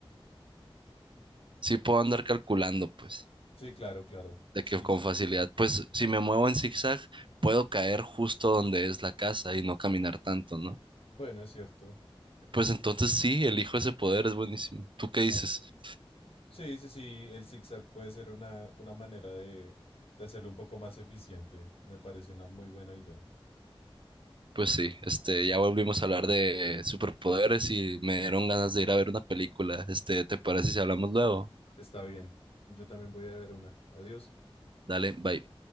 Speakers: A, on the right; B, on the left.
A: Sí puedo andar calculando, pues.
B: Sí, claro, claro.
A: de
B: Sí.
A: que con facilidad, pues si me muevo en zigzag, puedo caer justo donde es la casa y no caminar tanto, ¿no?
B: Bueno, es cierto.
A: Pues
B: En-
A: entonces sí, elijo ese poder, es buenísimo. ¿Tú qué dices?
B: ah, Sí, sí, sí, el zigzag puede ser una, una manera de, de hacerlo un poco más eficiente. Me parece una muy buena idea.
A: Pues sí, este, ya volvimos a hablar de superpoderes y me dieron ganas de ir a ver una película. Este, ¿te parece si hablamos luego?
B: Está bien. Yo también voy a ver una. Adiós.
A: Dale, bye.